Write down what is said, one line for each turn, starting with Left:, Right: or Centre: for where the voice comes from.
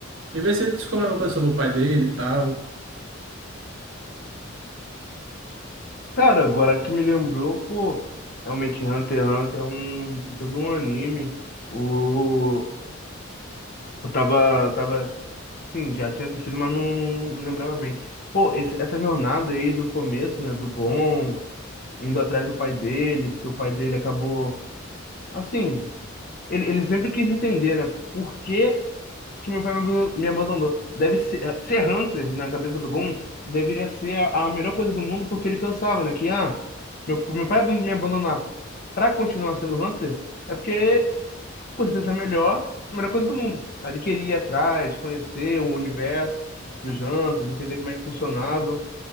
Right: e ver se ele descobre alguma coisa sobre o pai dele e tal.
Left: Cara, agora que tu me lembrou, pô, realmente Hunter x Hunter é um todo um anime. O eu tava, tava Sim, já tinha assistido, mas não, não- não lembrava bem. Pô, esse- essa jornada aí do começo, né, do Gon, indo atrás do pai dele, porque o pai dele acabou. Assim, ele, ele sempre quis entender, né, por que que meu pai me abandon- me abandonou. Deve ser, eh, ser Hunter na cabeça do Gon deveria ser a, a melhor coisa do mundo, porque ele pensava, né, que, ah, meu, meu pai me abandonar pra continuar sendo Hunter é porque com certeza a melhor, a melhor coisa do mundo. Aí queria ir atrás, conhecer o universo dos jantos, entender como é que funcionava.